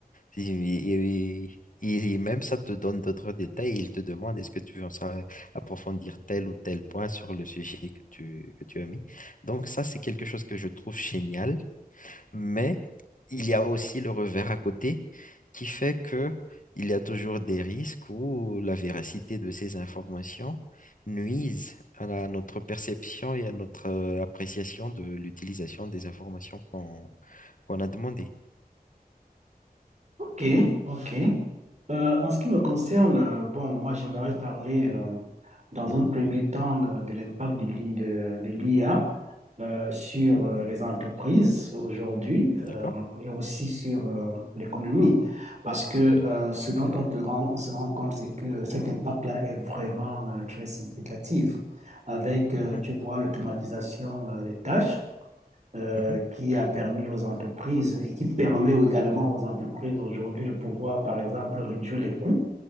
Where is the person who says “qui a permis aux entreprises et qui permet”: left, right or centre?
Right